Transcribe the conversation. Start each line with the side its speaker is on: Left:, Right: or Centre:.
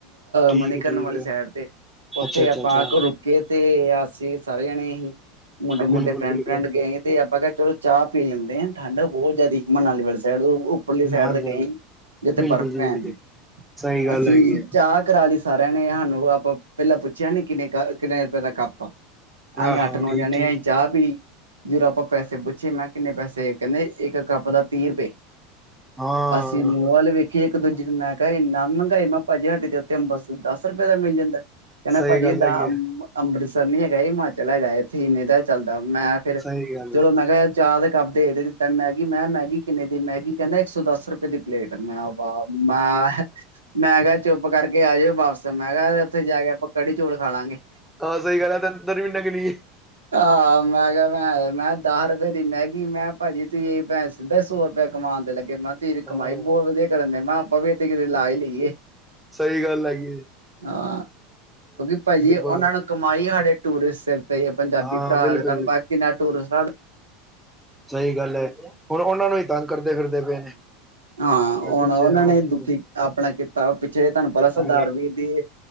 Centre: ਠੀਕ
Right: ਮਨੀਕਰਨ
Centre: ਹੈ ਠੀਕ
Right: ਵਾਲੀ
Centre: ਹੈ
Right: ਸਾਈਡ ਤੇ ਉੱਥੇ
Centre: ਅੱਛਾ ਅੱਛਾ
Right: ਆਪਾਂ
Centre: ਅੱਛਾ
Right: ਕੋ ਰੁਕੇ ਤੇ ਅਸੀਂ ਸਾਰੇ ਜੰਣੇ ਹੀ ਮੁੰਡੇ, ਮੁੰਡੇ,
Centre: ਬਿਲਕੁਲ
Right: ਫਰੈਂਡ,
Centre: ਬਿਲਕੁਲ
Right: ਫਰੈਂਡ ਗਏ ਤੇ ਆਪਾਂ ਚਲੋ ਚਾਹ ਪੀ ਲੈਂਦੇ ਹਾਂ, ਠੰਡ ਬਹੁਤ ਜ਼ਿਆਦਾ ਸੀ ਮਨਾਲੀ ਵਾਲੀ ਸਾ <unintelligible> ਉੱਪਰ ਲੀ ਸਾਈਡ
Centre: ਹਾਂਜੀ
Right: ਤੇ ਗਏ
Centre: ਹਾਂਜੀ
Right: ਸੀ, ਜਿੱਥੇ
Centre: ਬਿਲਕੁਲ
Right: ਬਰਫ਼
Centre: ਜੀ
Right: ਪੈਣ
Centre: ਬਿਲਕੁਲ
Right: ਦੀ।
Centre: ਸਹੀ ਗੱਲ
Right: ਅਸੀਂ
Centre: ਹੈਗੀ ਹੈ
Right: ਚਾਹ ਕਰਾ ਲਈ ਸਾਰਿਆਂ ਨੇ ਸਾਨੂੰ ਆਪਾਂ ਪਹਿਲਾਂ ਪੁੱਛਿਆ ਨੀ ਕਿੰਨੇ ਕ ਕਿੰਨੇ ਰੁਪਏ ਦਾ ਕੱਪ ਅਸੀਂ
Centre: ਹਾਂ ਹਾਂ
Right: ਅੱਠ ਨੌਂ
Centre: ਠੀਕ
Right: ਜਾਣੇ
Centre: ਠੀਕ
Right: ਅਸੀਂ ਚਾਹ ਪੀ ਲੀ, ਜਦੋਂ ਆਪਾਂ ਪੈਸੇ ਪੁਛ ਮੈਂ ਕਿੰਨੇ ਪੈਸੇ, ਕਹਿੰਦੇ ਇੱਕ ਕੱਪ ਦਾ ਤੀਹ ਰੁਪਏ,
Centre: ਹਾਂ
Right: ਅਸੀਂ ਮੂੰਹ ਵਾਲ ਵੇਖੀਏ ਇੱਕ ਦੂਜੇ ਨੂੰ ਮੈਂ ਕਿਹਾ ਇੰਨਾ ਮਹਿੰਗਾਈ, ਮੈਂ ਪਾਜੀ ਸਾਡੇ ਉੱਤੇ ਅੰਬਰਸਰ ਦਸ ਰੁਪਏ ਦਾ ਮਿਲ ਜਾਂਦਾ। ਕਹਿੰਦਾ
Centre: ਸਹੀ
Right: ਪਾਜੀ
Centre: ਗੱਲ
Right: ਦਾ
Centre: ਹੈਗੀ ਹੈ,
Right: ਅੰਮ੍ਰਿਤਸ ਨੀ ਹੈਗਾ, ਹਿਮਾਚਲ ਹੈਗਾ ਇੱਥੇ ਹੀੰਨੀ ਤਾਂ ਚੱਲਦਾ, ਮੈਂ ਫੇਰ
Centre: ਸਹੀ ਗੱਲ
Right: ਚਲੋ
Centre: ਹੈ।
Right: ਮੈਂ ਕਿਹਾ ਚਾਹ ਦੇ ਕਪ ਦੇ ਤਾ ਦਿੱਤਾ, ਮੈਗੀ ਮੈਂ ਮੈਗੀ ਕਿੰਨੇ ਦੀ, ਮੈਗੀ ਕਹਿੰਦਾ ਇੱਕ ਸੌ ਦਸ ਰੁਪਏ ਦੀ ਪਲੇਟ, ਮੈਂ ਉਹ ਵ ਮੈਂ ਮੈਂ ਕਿਹਾ ਚੁੱਪ ਕਰਕੇ ਆ ਜਾਓ ਵਾਪਸ, ਮੈਂ ਕਿਹਾ ਉੱਥੇ ਜਾ ਕੇ ਆਪਾਂ ਕੜੀ ਚੋਲ ਖਾ ਲਾਂਗੇ।
Centre: ਹਾਂ ਸਹੀ ਗੱਲ ਹੈ ਤਾਂ ਅੰਦਰ ਵੀ ਨੰਗਣੀ ਹੈ।
Right: ਆਂ, ਮੈਂ ਕਿਹਾ ਮੈਂ ਦਾਹ ਰੁ ਪੈ ਦੀ ਮੈਗੀ, ਮੈਂ ਪਾਜੀ ਤੁਹੀ ਪੈ ਇਹ ਸਿੱਧਾ ਸੌ ਰੁਪਏ ਕਮਾਨ ਦੇ ਲੱਗੇ ਮੈਂ ਕਿਹਾ ਤੇਰੀ
Centre: ਹਾਂ
Right: ਕਮਾਈ ਬੋਤ ਵਧੀਆ ਕਰੰਦੇ, ਮੈਂ ਕਿਆ ਆਪਾ ਵੀ ਇਥੇ ਕਿਦੇ ਲਾ ਈ ਲਈਏ।
Centre: ਸਹੀ ਗੱਲ ਹੈਗੀ ਜੀ।
Right: ਹਾਂ, ਕਿਉਂਕਿ ਪਾਜੀ ਉਹਨਾਂ
Centre: ਬਹੁਤ
Right: ਨੂੰ ਕਮਾਈ ਹੀ ਸਾਡੇ ਟੂਰਿਸਟ ਸਿਰ ਤੇ ਪੰਜਾਬੀ
Centre: ਹਾਂ
Right: ਪਰਾ
Centre: ਬਿਲਕੁਲ
Right: <unintelligible> ਬਾਕੀ <unintelligible>
Centre: ਸਹੀ ਗੱਲ ਐ, ਹੁਣ ਉਹਨਾਂ ਨੂੰ ਹੀ ਤੰਗ ਕਰਦੇ ਫਿਰਦੇ ਪਏ ਨੇ।
Right: ਆਂ, ਹੁਣ
Centre: ਮੈਂ ਪਿੱਛੇ
Right: ਉਹਨਾਂ
Centre: ਹੁਣ
Right: ਨੇ ਦੁਖੀ
Centre: ਕੀ ਹਾਂ
Right: ਕੀਤਾ ਆਪਣਾ ਕੀਤਾ ਪਿੱਛੇ ਤੁਹਨੂੰ ਪਤਾ ਸਰਦਾਰ
Centre: ਹਾਂ
Right: ਵੀਰ ਦੀ